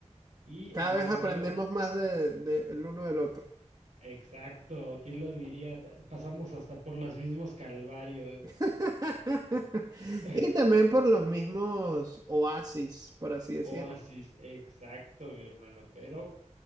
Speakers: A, on the right; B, on the right.
A: Y
B: Cada
A: amigo
B: vez aprendemos
A: mío,
B: más de, de- el uno del otro.
A: exacto, ¿quién lo diría? Ta- Pasamos hasta por los mismos calvarios.
B: <laughs>
A: <laughs>
B: Y también por los mismos oasis, por así decirlo.
A: Oasis, exacto, mi hermano. Pero,